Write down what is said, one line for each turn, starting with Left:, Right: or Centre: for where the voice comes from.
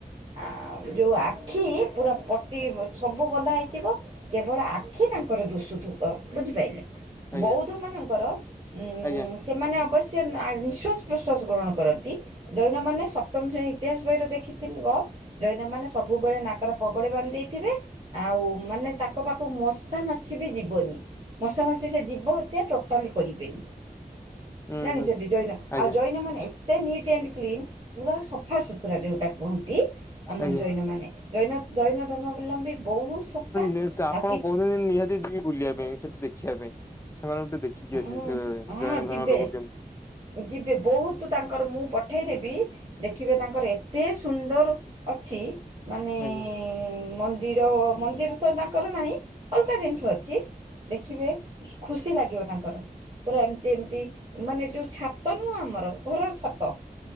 Right: ଆ ଯୋଉ ଆଖି ପୁରା ପତି ସବୁ ବନ୍ଧା ହେଇଥିବ କେବଳ ଆଖି ତାଙ୍କର ଦୁଷୁ ଥୁବ ବୁଝିପାଇଲେ।
Left: ଆଜ୍ଞା
Right: ବୌଦ୍ଧ ମାନଙ୍କର ଉ
Left: ଆଜ୍ଞା
Right: ସେମାନେ ଅବଶ୍ୟ ସେ ନା ନିଶ୍ୱଵାସ ପ୍ରଶ୍ୱାସ ଗ୍ରହଣ କରନ୍ତି ଜୈନମାନେ ସପ୍ତମ ଶ୍ରେଣୀ ଇତିହାସ ବହିରେ ଦେଖିଲି ଥିବ ଜୈନ ମାନ ସବୁବେଳେ ନାକରେ ପଗୋଡ଼ି ବାନ୍ଧି ଦେଇଥିବେ ଆଉ ମାନେ ତାଙ୍କ ପାଖକୁ ମସ ମଶା ମାଛି ବି ଯିବନି ମଶା ମାସିି ସେ ଜୀିବ ହତ୍ୟା ଟୋଟାଲି କରିବେନି।
Left: ହୁଁ
Right: ଜାଣିଚନ୍ତି
Left: ହୁଁ
Right: ଜୈନ
Left: ଆଜ୍ଞା।
Right: ଆଉ ଜୈନ ମାନେ ଏତେ ଏତେ ନିଟ୍ ଆଣ୍ଡ କ୍ଲିନ ପୁରା ସଫାସୁତୁରା ଯୋଉଟା କୁହନ୍ତି ଆମର
Left: ଆଜ୍ଞା
Right: ଜୈନମାନେ। ଜୈନ ଦୈନ ଧର୍ମାବଲମ୍ବୀ ବହୁତ ସଫା ନ
Left: ନେ ଆପଣ
Right: କି
Left: ମୁଁ ନିହାତି ଯିବି ବୁଲିବା ପାଇଁ ସେଠି ଦେଖିବା ପାଇଁ ସେମାନେ ଟିକେ ଦେଖ କି ଆସିବି
Right: ହୁଁ
Left: ସେ
Right: ହଁ
Left: ଜୈନ
Right: ଯିବେ
Left: ଧର୍ମ ଲୋକ କେମିତି।
Right: ଯିବେ ବହୁତ ତାଙ୍କର ମୁଁ ପଠେଇଦେବି ଦେଖିବେ ତାଙ୍କର ଏତେ ସୁନ୍ଦର ଅଛି। ମାନେ
Left: ଆଜ୍ଞା।
Right: ମନ୍ଦିର ମନ୍ଦିର ତ ତାଙ୍କର ନାହିଁ। ଅଲଗା ଜିନିଷ ଅଛି ଦେଖିବେ ଖୁସି ଲାଗିବ ତାଙ୍କୁ। ପୁରା ଏମତିଏମିତି ମାନେ ଯୋଉ ଛାତ ନୁହଁ ଆମର ଘରର ଛାତ?